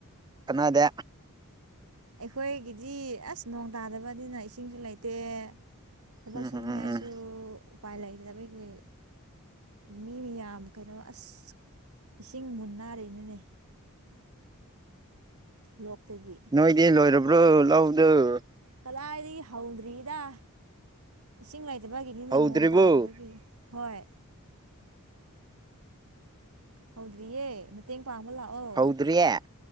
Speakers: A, on the right; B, on the right.
A: ꯀꯅꯥꯗꯦ
B: ꯑꯩꯈꯣꯏꯒꯤꯗꯤ ꯑꯁ ꯅꯣꯡ ꯇꯥꯗꯕꯅꯤꯅ ꯏꯁꯤꯡꯁꯨ ꯂꯩꯇꯦ ꯊꯕꯛ
A: ꯎꯝ
B: ꯁꯨꯅꯤꯡꯉꯥꯏꯁꯨ
A: ꯎꯝ ꯎꯝ
B: ꯎꯄꯥꯏ ꯂꯩꯗꯗ ꯑꯩꯣꯏꯒꯤ ꯃꯤ ꯃꯌꯥꯝ ꯀꯩꯅꯣ ꯑꯁ ꯏꯁꯤꯡ ꯃꯨꯟꯅꯔꯤꯅꯤꯅꯦ ꯂꯣꯛꯇꯒꯤ
A: ꯅꯣꯏꯗꯤ ꯂꯣꯏꯔꯕ꯭ꯔꯣ ꯂꯧꯗꯣ
B: ꯀꯂꯥꯏꯗꯒꯤ ꯍꯧꯗ꯭ꯔꯤꯗ ꯏꯁꯤꯡ ꯂꯩꯇꯕꯒꯤꯗꯤꯅꯦ
A: ꯍꯧꯗ꯭ꯔꯤꯕꯣ
B: ꯅꯣꯡ ꯇꯥꯗꯕꯒꯤ ꯍꯣꯏ ꯍꯧꯗ꯭ꯔꯤꯌꯦ ꯃꯇꯦꯡ ꯄꯥꯡꯕ ꯂꯥꯛꯑꯣ
A: ꯍꯧꯗ꯭ꯔꯤꯌꯦ